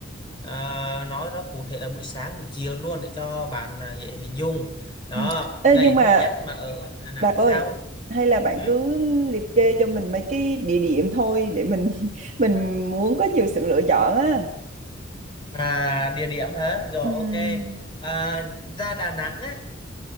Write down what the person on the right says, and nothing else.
ừm. Ê,
nhưng mà
Đạt ơi
hay là bạn
cứ liệt kê cho mình mấy cái địa điểm thôi để mình <laughs> mình muốn có nhiều sự lựa chọn á
Ừm,